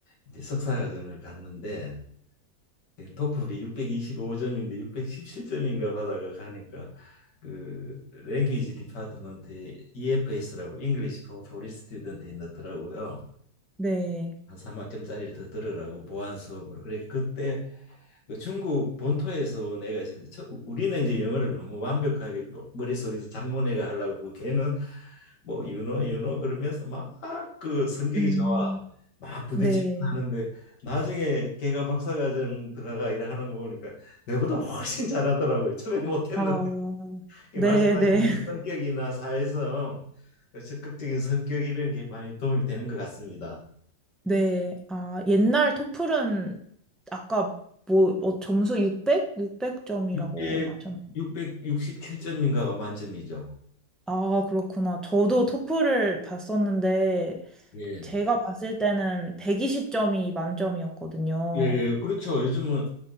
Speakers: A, on the left (about 70°); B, in the centre.
A: 이제 석사 과정을 갔는데 예, 토플이 625점인데 617점인가 받아가 가니까 그 랭귀지 디파트먼트에 EFS라고 English for Foreign Student에 넣더라고요.
B: 네.
A: 한 3학점짜리를 더 들으라고 보안 수업으로. 그래 그때 그 중국 본토에서 내가 있었는데 저- 우리는 이제 영어를 너무 완벽하게 뭐- 머릿속에서 장문회가 하려고 그러고 걔는 뭐 유노 유노 그러면서 막 그 성격이
B: 음.
A: 좋아 막 부딪히고
B: 네.
A: 하는데 나중에 걔가 박사과정 들어가 일하는 거 보니까 내보다 훨씬 잘하더라고요. 처음에 못했는데
B: 아,
A: 이
B: 네,
A: 말씀하신
B: 네.
A: 대로
B: <laughs>
A: 성격이나 사회성 그 적극적인 성격 이런 게 많이 도움이 되는 것 같습니다.
B: 네. 아, 옛날 토플은 아까 뭐, 뭐 점수 600? 600점이라고
A: 6
B: 하셨나?
A: 667점인가가 만점이죠.
B: 아, 그렇구나. 저도 토플을 봤었는데
A: 예.
B: 제가 봤을 때는 120점이 만점이었거든요.
A: 예, 예, 그렇죠. 요즘은